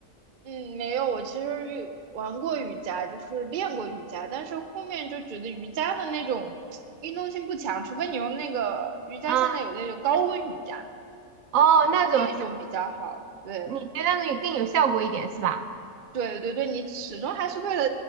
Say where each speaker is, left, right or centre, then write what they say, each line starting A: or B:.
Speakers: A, on the right; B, on the right.
A: 嗯，没有，我其实瑜玩过瑜伽，就是练过瑜伽，但是后面就觉得瑜伽的那种运动性不强，除非你用那个瑜伽，
B: 啊，
A: 现在有那种高温瑜伽，
B: 哦，
A: 可能那种比较好。
B: 那种
A: 对，
B: 你觉得那种有更有效果一点是吧？
A: 对对对，你始终还是为了